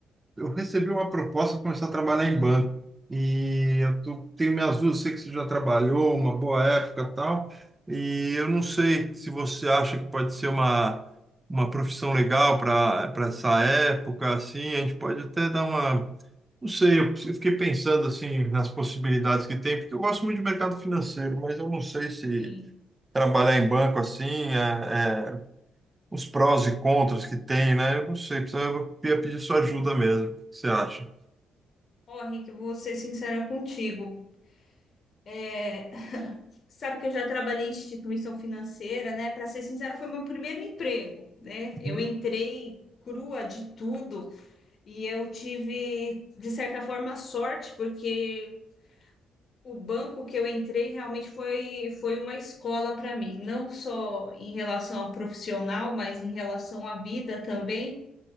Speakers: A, on the right; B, on the left.
A: eu recebi uma proposta para começar a trabalhar em banco e eu tô- tenho minhas dúvidas. Sei que você já trabalhou uma boa época, e tal. E eu não sei se você acha que pode ser uma uma profissão legal para para essa época, assim. A gente pode até dar uma Não sei, eu fiquei pensando assim nas possibilidades que tem, porque eu gosto muito de mercado financeiro, mas eu não sei se
B: Sim.
A: trabalhar em banco assim, é, é, os prós e contras que tem, né? Eu não sei, precisava- eu ia pedir sua ajuda mesmo. O que você acha?
B: Ó, Rick, eu vou ser sincera contigo. É, sabe que eu já trabalhei em instituição financeira, né? Para ser sincera, foi meu primeiro emprego, né? Eu
A: Uhum,
B: entrei crua de tudo e eu tive, de certa forma, sorte, porque o banco que eu entrei realmente foi, foi uma escola para mim, não só em relação ao profissional, mas em relação à vida também.